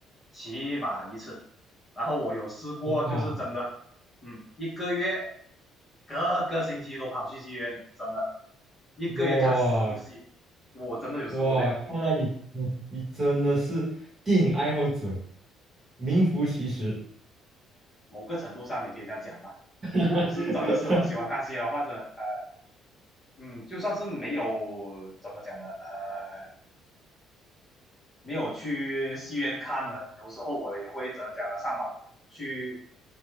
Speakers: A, on the left; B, on the right.
A: 起码一次。然后我有试过，
B: 哇
A: 就是真的，嗯，一个月各个星期都跑去戏院的，真的，一个月看四部戏，
B: 哇，
A: 我真的有试过这样。
B: 哇，看来你，嗯你真的是电影爱好者，名副其实。
A: 某个程度上你可以这样讲吧。
B: <laughs>
A: 我是真的是很喜欢看戏了，或者呃，嗯，就算是没有怎么讲呢，呃，没有去戏院看呢，有时候我也会怎么讲呢，上网去